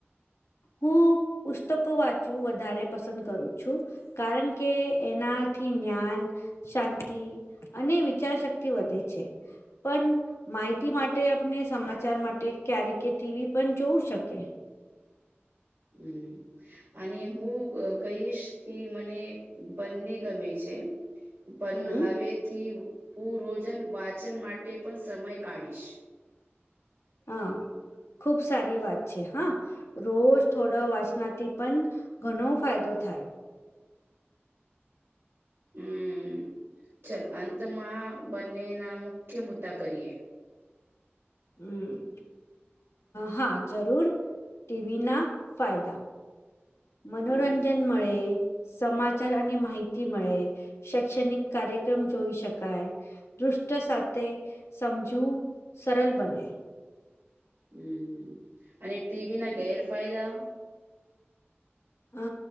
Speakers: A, on the left; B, on the right.
A: હું પુસ્તકો વાંચું વધારે પસંદ કરું છું. કારણ કે એનાથી જ્ઞાન શાંતિ અને વિચાર શક્તિ વધે છે. પણ માહિતી માટે આપને સમાચાર માટે ક્યારે કે ટીવી પણ જોવું શકીએ.
B: હમ, અને હું કહીશ કે મને બંને ગમે છે, પણ
A: હમ
B: હવેથી હું રોજન વાચન માટે પણ સમય કાઢીશ.
A: હા, ખુબ સારી વાત છે. હા. રોજ થોડા વાસનાથી પણ ઘણો ફાયદો થાય.
B: હમ, ચાલ, અંતમાં બંનેના મુખ્ય મુદ્દા કરીએ.
A: હમ, હા, જરૂર. ટીવી ના ફાયદા. મનોરંજન
B: હમ
A: મળે. સમાચાર અને માહિતી મળે, શૈક્ષણિક કાર્યક્રમ જોઈ શકાય‌. દૃષ્ટ સાથે સમજવું સરળ બને.
B: હમ અને ટીવી ના ગેરફાયદા
A: અ